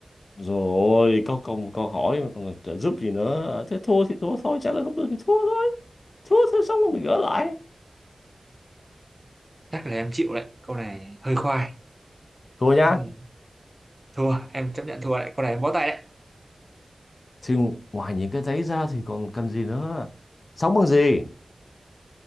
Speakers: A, on the left; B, on the right.
A: rồi có câu câu hỏi mà còn trợ giúp gì nữa thế thua thì thua thôi chắc là không được thì thua thôi thua thôi xong rồi mình gỡ lại
B: chắc là em chịu đấy câu này hơi khoai
A: thua nhá
B: câu này thua em chấp nhận thua đấy câu này em bó tay đấy
A: thì ngoài những cái đấy ra thì còn cần gì nữa sống bằng gì